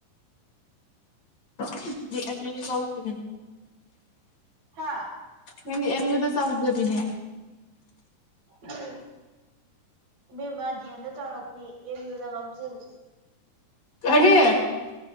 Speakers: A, on the left; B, on the right.
A: ꯅꯪꯗꯤ ꯑꯦꯝ ꯌꯨꯗ ꯆꯥꯎꯖꯕꯤꯅ‌ꯦ
B: ꯍꯥꯥ
A: ꯅꯪꯗꯤ ꯑꯦꯝ ꯌꯨꯗ ꯆꯥꯎꯖꯕꯤꯅꯦ
B: ꯑꯍꯝ ꯏꯕ‌ꯦꯝꯃ ꯗꯤꯑ‌ꯦꯝꯗ ꯆꯥꯎꫪꯛꯄꯤ ꯑꯦꯝ ꯌꯨꯗ ꯉꯥꯎꯖꯕꯤ
A: ꯀꯔꯤ